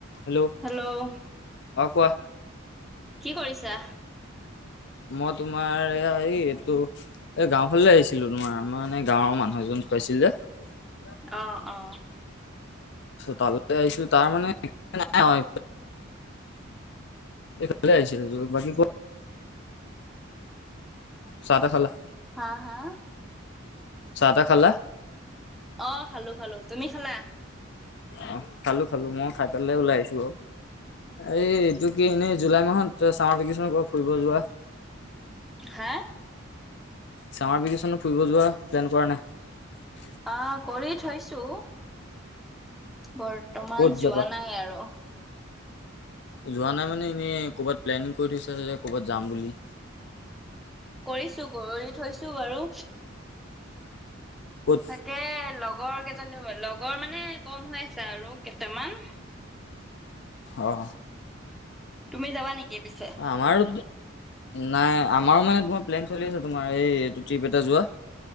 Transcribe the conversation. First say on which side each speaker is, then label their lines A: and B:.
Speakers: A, on the left; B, in the centre.
A: Hello.
B: Hello
A: কোৱা?
B: কি কৰিছা?
A: মই তোমাৰ এয়া এই এইটো এ গাও ফালে আহিছিলো। তোমাৰ মই মানে গাঁওৰ মানুহ এজন ঢুকাইছিল। ছিল যে।
B: অ অ।
A: তালে আহছিলো তাৰ মানে নাই আৱ। এইফালে আহিছিল ত বাকী ক। চাহঁ তাহ খালা
B: হা হা?
A: চাহ তাহ খালা
B: অ খালো খালো তুমি খালা-
A: অ খালো খালো মই খাই পেলাই ওলাই আহিছো। এই এইটো কি এনেই জুলাই মাহত চামাৰ ভেকেশন কহ ফুৰিব যোৱা।
B: হা।
A: চামাৰ ভেকেশ্যনত ফুৰিব যোৱা প্লেন কৰা নাই
B: আহ কৰি থৈছো। বৰ্তমান
A: ক'ত
B: যোৱা
A: যাবা
B: নাই আৰু
A: যোৱা নাই মানে এনেই ক'ৰবাত প্লেনিং কৰি থৈছে যে ক'ৰবাত যাম বুলি
B: কৰিছো কৰি থৈছো বাৰু
A: ক'ত
B: তাকে লগ লগৰ কেইজনী লগৰ মানে কম হৈ আছে আৰু কেইটামান
A: অ
B: তুমি যাবা নেকি পিছে?
A: আমাৰো নাই আমাৰো মানে তোমাৰ প্লেন চলি আছে তোমাৰ এই এইটো ট্ৰিপ এটা যোৱা